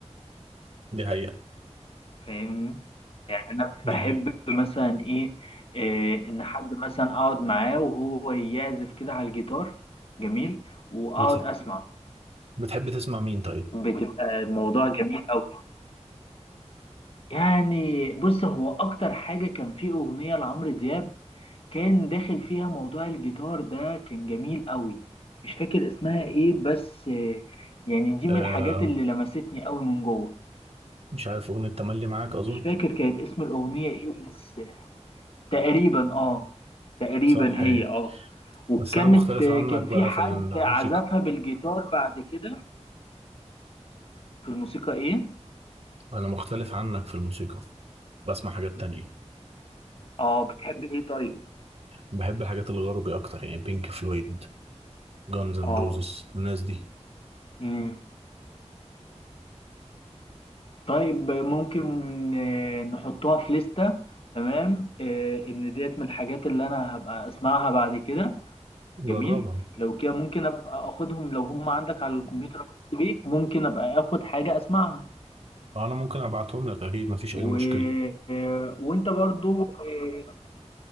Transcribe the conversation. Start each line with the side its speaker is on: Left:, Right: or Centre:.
Right: دي حقيقة
Left: فاهمني يعني انا
Right: دي
Left: بحب
Right: حقيقة
Left: مثلا ايه آه ان حد مثلا اقعد معاه وهو يعزف كده على الجيتار جميل واقعد
Right: بتح...
Left: اسمع
Right: بتحب تسمع مين طيب
Left: بتبقى الموضوع جميل قوي يعني بص هو اكتر حاجة كان فيه اغنية لعمرو دياب كان داخل فيها موضوع الجيتار ده كان جميل قوي مش فاكر اسمها ايه بس آه، يعني دي
Right: آه
Left: من الحاجات اللي لمستني قوي من جوه
Right: مش عارف اغنية تملي معاك اظن
Left: مش فاكر كانت اسم الاغنية ايه بس تقريبا اه تقريبا
Right: صح
Left: هي
Right: هي
Left: اه وكانت
Right: بس انا مختلف
Left: آه،
Right: عنك
Left: كان
Right: بقى
Left: في حد
Right: في الموسيقى
Left: عزفها بالجيتار بعد كده في الموسيقى ايه
Right: انا مختلف عنك في الموسيقى بسمع حاجات تانية
Left: اه بتحب ايه طيب
Right: بحب الحاجات الغربي اكتر يعني بينك فلويد جانز اند
Left: اه
Right: روزز الناس دي
Left: امم طيب ممكن آه، نحطها في لستة تمام آه، ان ديت من الحاجات اللي انا هبقى اسمعها بعد كده
Right: جربها
Left: جميل لو كده ممكن ابقى اخدهم لو هم عندك على الكمبيوتر الخاص بيك ممكن ابقى اخد حاجة اسمعها
Right: انا ممكن ابعتهم لك اكيد مفيش
Left: و...
Right: اي مشكلة
Left: آه، وانت برضو آه،